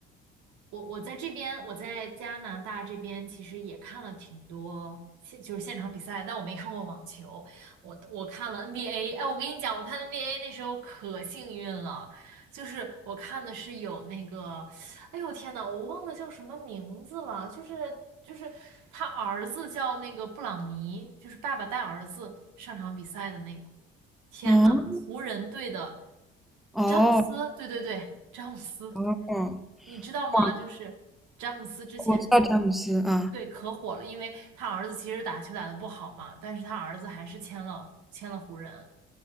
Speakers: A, on the right; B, in the centre.
A: 我我在这边，我在加拿大这边其实也看了挺多现就是现场比赛，但我没看过网球，我我看了 NBA。哎，我跟你讲，我看 NBA 那时候可幸运了，就是我看的是有那个哎呦天呐，我忘了叫什么名字了，就是就是他儿子叫那个布朗尼，就是爸爸带儿子上场比赛的那个。天呐，
B: 嗯，
A: 湖人队的
B: 哦。
A: 詹姆斯，对对对，詹姆斯，
B: 哦，
A: 你知道吗？
B: 哦，
A: 就是詹姆斯之前就是
B: 我知道詹姆斯啊，
A: 对可火了，因为他儿子其实打球打得不好嘛，但是他儿子还是签了签了湖人。